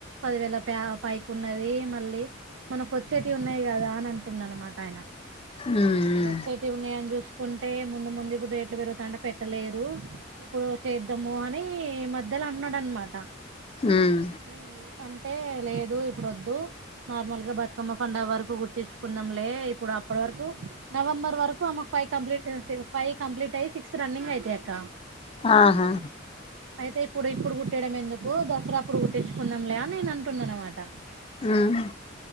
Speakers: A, on the right; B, on the left.
A: పదివేల ప పైకి ఉన్నది. మళ్ళీ మనకు వచ్చేటివి ఉన్నాయి కదా అని అంటున్నా అనమాట ఆయన.
B: ఉమ్
A: ఇప్పుడు వచ్చేటివి ఉన్నాయి చూసి కుంటే ముందు ముందు ఇప్పుడు రేట్లు పెరుగుతాంటే పెట్టలేరు. ఇప్పుడు చేద్దాము అని మధ్యలో అన్నాడు అనమాట.
B: ఉమ్
A: ఈఈ అంటే లేదు ఇప్పుడు వద్దు నార్మల్ గా బతుకమ్మ పండుగ వరకు గుటిచుకుందాంలే ఇప్పుడు అప్పటి వరకు నవంబర్ వరకు అమెకు ఫైవ్ కంప్లీట్ ఫైవ్ కంప్లీట్ అయి సిక్స్ రన్నింగ్ ఐతై అక్క
B: ఆహా
A: అయితే ఇప్పుడు ఇప్పుడు కుట్టిడం ఎందుకు దసరాప్పుడు కుట్టించుకుందాం లే నేను అంటున్నా అనమాట
B: హమ్